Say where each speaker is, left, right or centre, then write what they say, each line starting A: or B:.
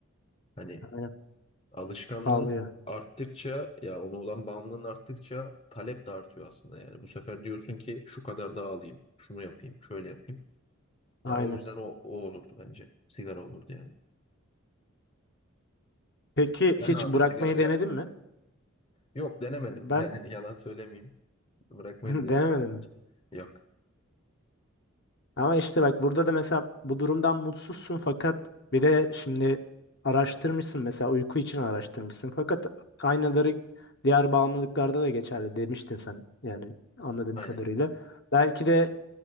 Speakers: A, on the left; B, on the left.
A: Hani
B: Aynen.
A: alışkanlığın
B: Pahalı yani.
A: arttıkça ya ona olan bağımlılığın arttıkça talep de artıyor aslında yani. Bu sefer diyorsun ki şu kadar daha alayım, şunu yapayım, şöyle yapayım.
B: Aynen.
A: Yani o yüzden o, o olurdu bence. Sigara olurdu yani.
B: Peki hiç
A: Sen abi
B: bırakmayı
A: sigarayla
B: denedin mi?
A: Yok denemedim
B: Ben
A: yani <laughs> yalan söylemeyeyim. Bırakmayı
B: <laughs>
A: da denemedim
B: denemedim mi?
A: hiç. Yok.
B: Ama işte bak burada da mesela bu durumdan mutsuzsun fakat bir de şimdi araştırmışsın mesela uyku için araştırmışsın fakat aynaları diğer bağımlılıklarda da geçerli demiştin sen yani anladığım
A: Aynen.
B: kadarıyla. Belki de